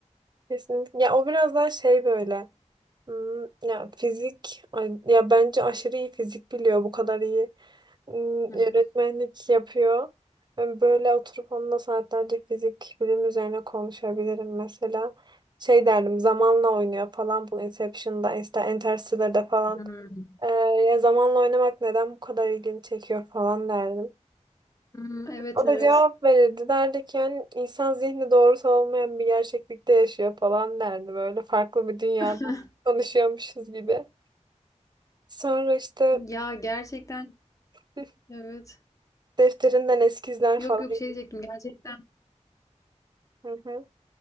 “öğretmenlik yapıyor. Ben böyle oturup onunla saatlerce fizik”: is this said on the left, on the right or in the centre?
Right